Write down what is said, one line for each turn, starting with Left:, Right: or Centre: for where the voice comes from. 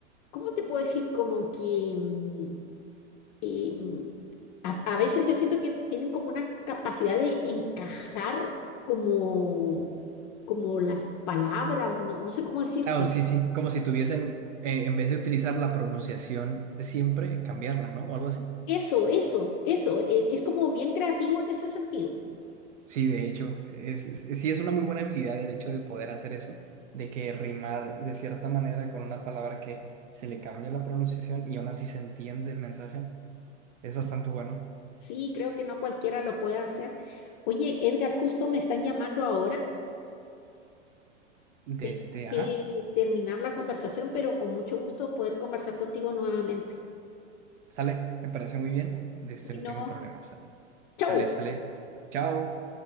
Left: ¿cómo te puedo decir? Como que, mm, que, mm, a, a veces yo siento que tienen como una capacidad de encajar como, como las palabras, no, no sé cómo decirte.
Right: Ah, sí, sí, como si tuviesen, eh, en vez de utilizar la pronunciación de siempre, cambiarla, ¿no? O algo así.
Left: Eso, eso, eso, es, es como bien creativo en ese sentido.
Right: Sí, de hecho, es, es- sí es una muy buena habilidad el hecho de poder hacer eso, de que rimar de cierta manera con una palabra que se le cambia la pronunciación y aún así se entiende el mensaje, es bastante bueno.
Left: Sí, creo que no cualquiera lo puede hacer. Oye, Edgar, justo me están llamando ahora.
Right: De
Left: Tengo
Right: este,
Left: que
Right: ajá,
Left: terminar la conversación, pero con mucho gusto poder conversar contigo nuevamente.
Right: sale, me parece muy bien, de este,
Left: Bueno,
Right: no tengo problemas, sale,
Left: chau.
Right: sale, sale, chao.